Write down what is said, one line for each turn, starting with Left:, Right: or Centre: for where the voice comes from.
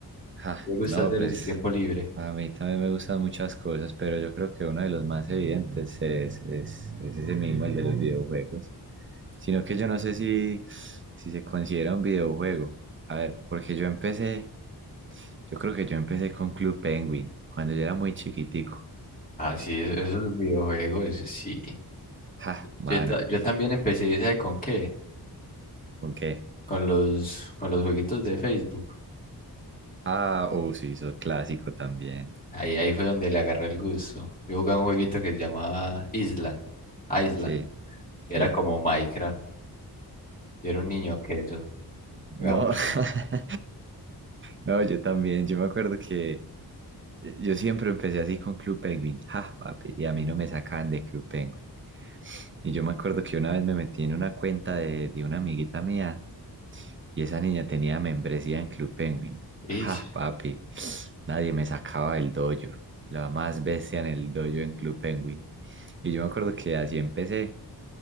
Right: Ja,
Left: ¿Qué le gusta
Right: no,
Left: hacer
Right: pues
Left: en su tiempo libre?
Right: a mí también me gustan muchas cosas, pero yo creo que uno de los más evidentes es, es, es ese mismo, el de los videojuegos. Sino que yo no sé si, si se considera un videojuego. A ver, porque yo empecé, yo creo que yo empecé con Club Penguin, cuando yo era muy chiquitico.
Left: Ah, sí, eso, eso es un videojuego, eso sí.
Right: Ja, mano,
Left: Yo, ta- yo también empecé, ¿sabe con qué?
Right: ¿con qué?
Left: Con los, con los jueguitos de Facebook.
Right: Ah, oh, sí, eso clásico también.
Left: Ahí, ahí fue donde le agarré el gusto. Yo jugaba un jueguito que se llamaba Island. Island.
Right: Sí,
Left: Y
Right: sí.
Left: Era como Minecraft. Yo era un niño que eso. Jugaba
Right: No,
Left: mucho.
Right: <laughs>
Left: el-
Right: no, yo también, yo me acuerdo que Eh, Yo siempre empecé así con Club Penguin, ja, papi, y a mí no me sacaban de Club Penguin. Y yo me acuerdo que una vez me metí en una cuenta de, de una amiguita mía y esa niña tenía membresía en Club Penguin.
Left: Ish.
Right: Ja, papi, nadie me sacaba del dojo, la más bestia en el dojo en Club Penguin. Y yo me acuerdo que así empecé